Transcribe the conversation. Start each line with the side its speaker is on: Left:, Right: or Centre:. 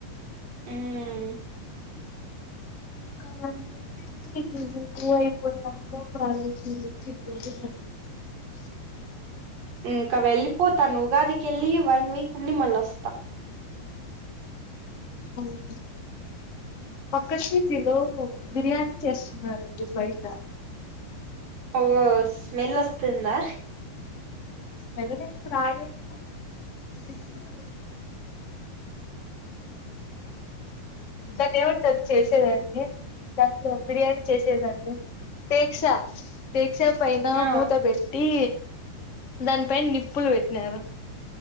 Right: మ్మ్మ్
Left: మాకు అలాంటి <unintelligible>
Right: ఇంకా వెళ్ళిపోతాను ఉగాదికెళ్ళి వన్ వీక్ ఉండి మళ్ళోస్తా
Left: అవునా పక్కషిజిలో బిర్యానీ చేస్తున్నారండి బయట
Right: ఓ స్మెళ్ళోస్తుందా
Left: వెళ్ళలేదు రాలేదు ఇప్పుడు దన్నేమంటరు చేసేదాన్ని దాంట్లో బిర్యానీ చేసేదండి టేక్సా టేక్ క్షపైనా
Right: ఆ
Left: మూతబెట్టి దానిపైనిప్పులు పెట్టినరు